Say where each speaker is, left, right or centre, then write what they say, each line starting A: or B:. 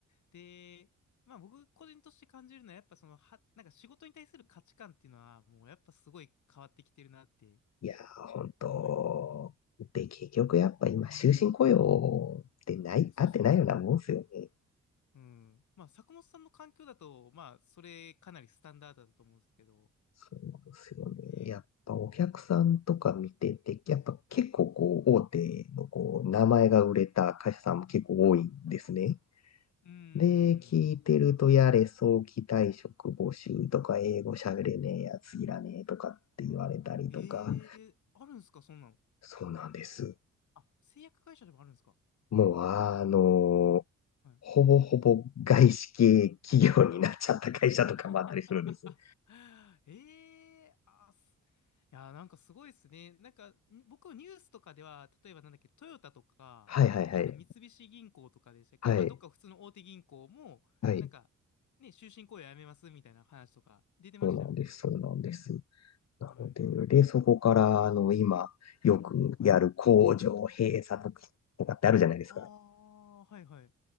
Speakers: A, on the left; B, on the left.
A: で、まあ僕個人として感じるのはやっぱその、は、なんか仕事に対する価値観っていうのはもうやっぱすごい変わってきてるなって
B: いやー、本当。
A: 思いますね。
B: で、結局やっぱ今、終身雇用ってない、
A: そうそ
B: 合ってないようなもんっすよね。
A: う。うん。まあ坂本さんの環境だと、まあそれかなりスタンダードだと思うんですけど、
B: そうですよね。
A: ね。
B: やっぱお客さんとか見てて、やっぱ結構こう、大手のこう、
A: うん。
B: 名前が売れた会社さんも結構多いんですね。
A: うん。うんうんうん
B: で、聞いてると、やれ、早期退職募集とか、英語喋れねえやついらねえとかって言われたりとか、
A: ええーあるんですか、そんなの。
B: そうなんです。
A: あ、製薬会社でもあるんですか
B: もう、あの、
A: はい。
B: ほぼほぼ外資系企業になっちゃった会社とかもあったりするんです。
A: <laughs> ええあ、す、いや、なんかすごいですね。なんか、に僕、ニュースとかでは、例えばなんだっけ、トヨタとか、
B: はいはいはい。
A: えっと、三菱銀行とかでしたっけまあ、
B: はい。
A: どっか普通の大手銀行も、
B: はい。
A: なんか、ね、終身雇用やめますみたいな話とか出てましたよね。
B: そうなんです。そうなんです。なので、
A: はい。
B: で、そこから、あの、今、よくやる工場閉鎖とかとかってあるじゃないですか。
A: はいはい。ああ、はいはい。